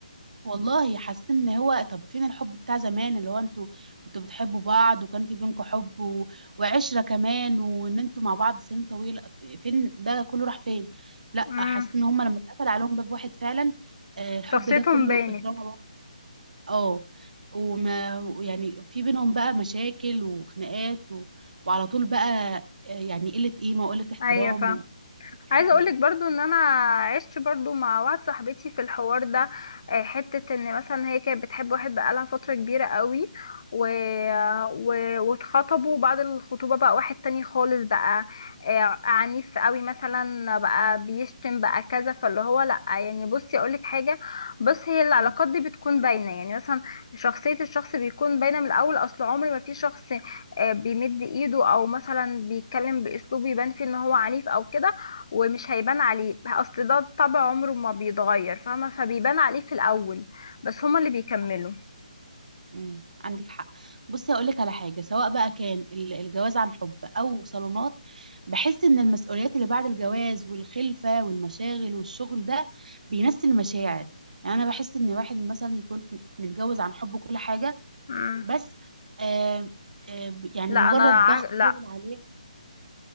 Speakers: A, on the right; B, on the left.
A: والله حسيت ان هو طب فين الحب بتاع زمان اللي هو انتوا كنتوا بتحبوا بعض وكان في بينكم حب و... وعشرة كمان وان انتوا مع بعض سنين طويلة ف- فين ده كله راح فين لا
B: امم
A: حسيت ان هم لما اتقفل عليهم باب واحد فعلا آه، الحب
B: شخصيتهم
A: ده كله
B: باينة
A: اترمى بره اه وما يعني في بينهم بقى مشاكل وخناقات و... وعلى طول بقى آه، يعني قلة قيمة وقلة احترام
B: ايوه فاهمة
A: وكل حاجة
B: عايزه اقولك
A: من دي
B: برضو ان انا عشت برضو مع واحده صاحبتي في الحوار ده آه، حته ان مثلا هي كانت بتحب واحد بقالها فتره كبيره قوي و... و... واتخطبوا بعد الخطوبه بقى واحد تاني خالص بقى آه، عنيف قوي مثلا بقى بيشتم بقى كذا فاللي هو لا يعني بصي اقولك حاجه بص هي العلاقات
A: مم.
B: دي بتكون باينه يعني مثلا شخصيه الشخص بيكون باينه من الاول اصل عمر ما في شخص آه، بيمد ايده او مثلا بيتكلم باسلوب يبان فيه ان هو عنيف او كده ومش هيبان عليه اصل ده طبع عمره ما بيتغير فاهمه فبيبان عليه في الاول
A: صح
B: بس هما اللي بيكملوا
A: صح امم عندك حق بصي هقول لك على حاجه سواء بقى كان ال- الجواز عن حب او صالونات بحس ان المسؤوليات اللي بعد الجواز والخلفه والمشاغل والشغل ده بينسي المشاعر يعني انا بحس ان واحد مثلا يكون متجوز عن حب وكل حاجه
B: مم.
A: بس آه آه يعني
B: لا
A: مجرد
B: انا ع...
A: ضغط
B: لا
A: شغل عليه